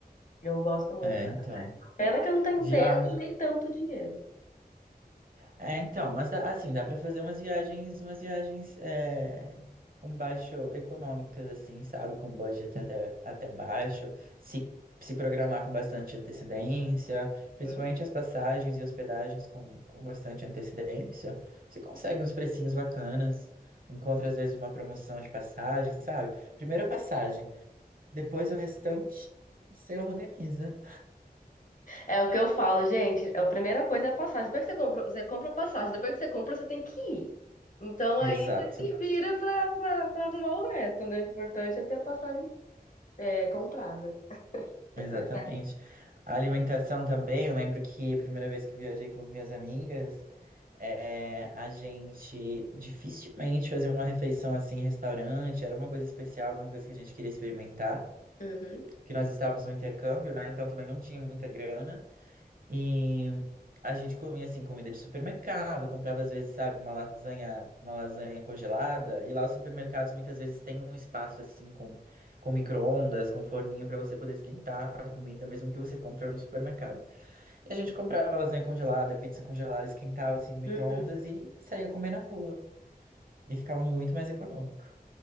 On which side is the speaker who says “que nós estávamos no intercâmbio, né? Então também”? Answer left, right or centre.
Right